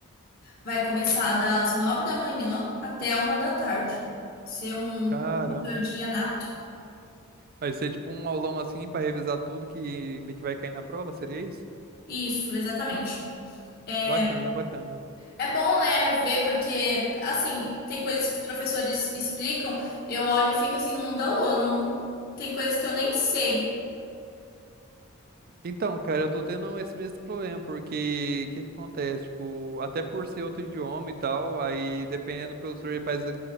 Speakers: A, on the left; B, on the right.
A: Vai começar das nove da manhã até uma da tarde. Ser um
B: Caramba!
A: um monitor de Anato.
B: Vai ser tipo um aulão assim pra revisar tudo que meio que vai cair na prova, seria isso?
A: Isso, exatamente. É,
B: Bacana, bacana.
A: é bom, né, ver, porque, assim, tem coisas que os professores explicam, eu olho e fico assim no mundo da lua, não- tem coisas que eu nem sei.
B: Então, cara, eu tô tendo esse mesmo problema, porque o que que acontece? Tipo, até por ser outro idioma e tal, aí dependendo do professor, ele faz, a-